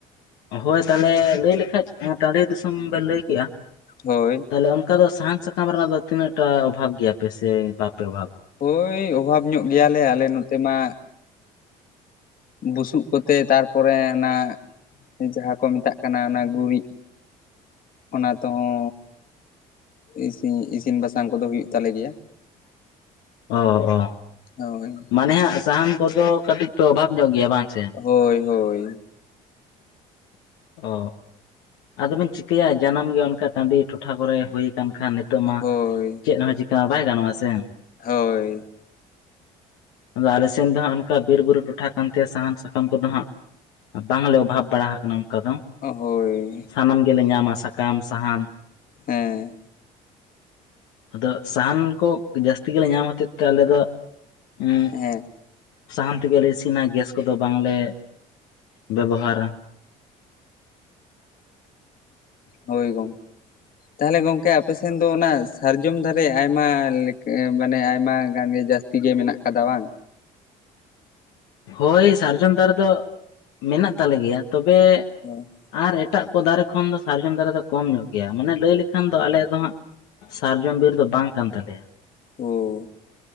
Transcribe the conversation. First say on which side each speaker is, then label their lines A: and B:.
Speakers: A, on the left; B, on the left.
A: ᱦᱳᱭ ᱛᱟᱦᱚᱞᱮ ᱞᱟᱹᱭ ᱞᱮᱠᱷᱟᱡ ᱴᱟᱺᱰᱤ ᱫᱤᱥᱚᱢ ᱵᱮᱱ ᱞᱟᱹᱭ ᱠᱮᱜᱼᱟ
B: ᱦᱳᱭ
A: ᱛᱟᱦᱚᱞᱮ ᱚᱱᱠᱟ ᱫᱚ ᱥᱟᱦᱟᱱ ᱥᱟᱠᱟᱢ ᱨᱮᱱᱟᱜ ᱫᱚ ᱛᱤᱱᱟᱹ ᱴᱟ ᱚᱵᱷᱟᱵᱽ ᱜᱮᱭᱟᱯᱮ ᱥᱮ ᱵᱟᱯᱮ ᱚᱵᱷᱟᱵᱟ
B: ᱦᱳᱭ ᱚᱵᱷᱟᱵᱽ ᱧᱚᱜ ᱜᱮᱭᱟᱞᱮ ᱟᱞᱮ ᱱᱚᱛᱮ ᱢᱟ᱾ ᱵᱩᱥᱩᱵ ᱠᱚᱛᱮ ᱛᱟᱨᱯᱚᱨᱮ ᱚᱱᱟ ᱡᱟᱦᱟᱸ ᱠᱚ ᱢᱮᱛᱟᱜ ᱠᱟᱱᱟ ᱚᱱᱟ ᱜᱩᱨᱤᱡ᱾ ᱚᱱᱟ ᱛᱮᱦᱚᱸ ᱤᱥᱤᱱ ᱤᱥᱤᱱ᱾ ᱤᱥᱤᱱ ᱵᱟᱥᱟᱝ ᱠᱚᱫᱚ ᱦᱩᱭᱩᱜ ᱛᱟᱞᱮ ᱜᱮᱭᱟ᱾
A: ᱚ ᱚ
B: ᱦᱳᱭ
A: ᱢᱟᱱᱮ ᱦᱟᱸᱜ ᱥᱟᱦᱟᱱ ᱠᱚᱫᱚ ᱠᱟᱹᱴᱤᱡ ᱯᱮ ᱚᱵᱷᱟ ᱧᱚᱜ ᱜᱮᱭᱟ ᱵᱟᱝ ᱥᱮ?
B: ᱦᱳᱭ ᱦᱳᱭ
A: ᱚ ᱟᱫᱚᱵᱮᱱ ᱪᱤᱠᱟᱹᱭᱟ ᱡᱟᱱᱟᱢ ᱜᱮ ᱚᱱᱠᱟ ᱴᱟᱺᱰᱤ ᱴᱚᱴᱷᱟ ᱠᱚᱨᱮ ᱦᱩᱭ ᱠᱟᱱ ᱠᱷᱟᱱ ᱱᱤᱛ ᱛᱳᱜ ᱢᱟ
B: ᱦᱳᱭ
A: ᱪᱮᱫ ᱦᱚᱸ ᱪᱤᱠᱟᱹ ᱵᱟᱭ ᱜᱟᱱᱚᱜᱼᱟ ᱥᱮ᱾
B: ᱦᱳᱭ
A: ᱟᱫᱚ ᱟᱞᱮ ᱥᱮᱱ ᱫᱚ ᱦᱟᱸᱜ ᱚᱱᱠᱟ ᱵᱤᱨ ᱵᱩᱨᱩ ᱴᱚᱴᱷᱟ ᱠᱟᱱᱛᱮ ᱥᱟᱦᱟᱱ ᱥᱟᱠᱟᱢ ᱠᱚᱫᱚ ᱦᱟᱸᱜ ᱵᱟᱝᱞᱮ ᱚᱵᱷᱟᱵᱽ ᱵᱟᱲᱟ ᱟᱠᱟᱱᱟ ᱚᱱᱠᱟ ᱫᱚ
B: ᱚ ᱦᱳᱭ
A: ᱥᱟᱱᱟᱢ ᱜᱮᱞᱮ ᱧᱟᱢᱟ ᱥᱟᱠᱟᱢ ᱥᱟᱦᱟᱱ
B: ᱦᱮᱸ
A: ᱟᱫᱚ ᱥᱟᱦᱟᱱ ᱠᱚ ᱡᱟᱹᱥᱛᱤ ᱜᱮᱞᱮ ᱧᱟᱢ ᱦᱚᱛᱮᱫ ᱛᱮ ᱟᱞᱮ ᱫᱚ ᱩᱸᱜ
B: ᱦᱮᱸ
A: ᱥᱟᱦᱟᱱ ᱛᱮᱜᱮᱞᱮ ᱤᱥᱤᱱᱟ ᱜᱮᱥ ᱠᱚᱫᱚ ᱵᱟᱝᱞᱮ ᱵᱮᱵᱚᱦᱟᱨᱟ᱾
B: ᱦᱳᱭ ᱜᱚᱝ ᱛᱟᱦᱚᱞᱮ ᱜᱚᱝᱠᱮ ᱟᱯᱮ ᱥᱮᱱ ᱫᱚ ᱚᱱᱟ ᱥᱟᱨᱡᱚᱢ ᱫᱷᱟᱨᱮ ᱟᱭᱢᱟ ᱞᱮᱠ ᱢᱟᱱᱮ ᱟᱭᱢᱟ ᱜᱟᱱ ᱜᱮ ᱡᱟᱹᱥ ᱛᱤ ᱜᱮ ᱢᱮᱱᱟᱜ ᱠᱟᱫᱟ ᱵᱟᱝ᱾
A: ᱦᱳᱭ ᱥᱟᱨᱡᱚᱢ ᱫᱟᱨᱮ ᱫᱚ ᱢᱮᱱᱟᱜ ᱛᱟᱞᱮ ᱜᱮᱭᱟ ᱛᱚᱵᱮ
B: ᱦᱚᱸ
A: ᱟᱨ ᱮᱴᱟᱜ ᱠᱚ ᱫᱟᱨᱮ ᱠᱷᱚᱱ ᱫᱚ ᱥᱟᱨᱡᱚᱢ ᱫᱟᱨᱮ ᱫᱚ ᱠᱚᱢ ᱧᱚᱜ ᱜᱮᱭᱟ ᱢᱟᱱᱮ ᱞᱟᱹᱭ ᱞᱮᱠᱷᱟᱱ ᱫᱚ ᱟᱞᱮᱭᱟᱜ ᱫᱚ ᱦᱟᱸᱜ ᱥᱟᱨᱡᱚᱢ ᱵᱤᱨ ᱫᱚ ᱵᱟᱝ ᱠᱟᱱ ᱛᱟᱞᱮᱭᱟ
B: ᱳ